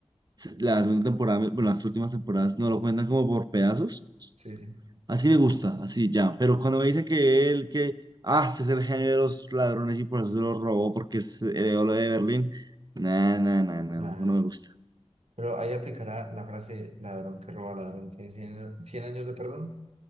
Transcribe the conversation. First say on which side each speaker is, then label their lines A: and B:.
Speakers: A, on the right (about 40°); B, on the right (about 75°).
A: la segunda temporada, bueno, las últimas temporadas no lo cuentan como por pedazos.
B: sí, sí.
A: Así me gusta, así ya. Pero cuando me dicen que él, que, ah, ese es el genio de los ladrones y por eso se lo robó porque es heredó lo de Berlín. Nah, nah, nah, nah,
B: Ah.
A: nah, eso no me gusta.
B: Pero ahí aplicará la frase ladrón que roba ladrón. Tiene cien cien años de perdón.